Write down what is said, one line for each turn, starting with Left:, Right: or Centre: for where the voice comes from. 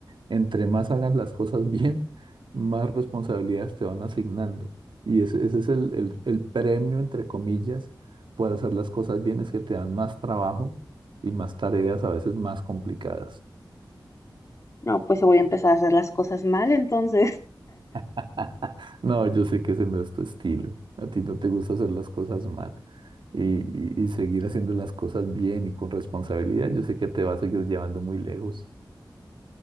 Right: entre más hagas las cosas bien, <laughs> más responsabilidades te van asignando. Y ese, ese es el, el- el premio, entre comillas, por hacer las cosas bien, es que te dan más trabajo y más tareas a veces más complicadas.
Left: No, pues voy a empezar a hacer las cosas mal entonces.
Right: <laughs> No, yo sé que ese no es tu estilo. A ti no te gusta hacer las cosas mal y, y y seguir haciendo las cosas bien y con responsabilidad. Yo sé que te va a seguir llevando muy lejos.